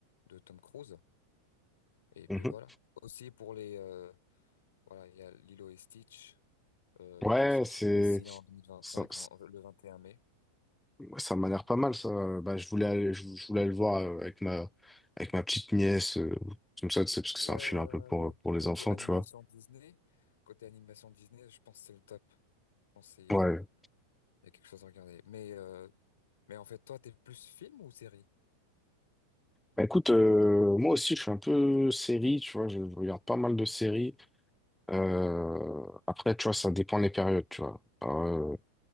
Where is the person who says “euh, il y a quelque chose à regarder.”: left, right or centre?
Left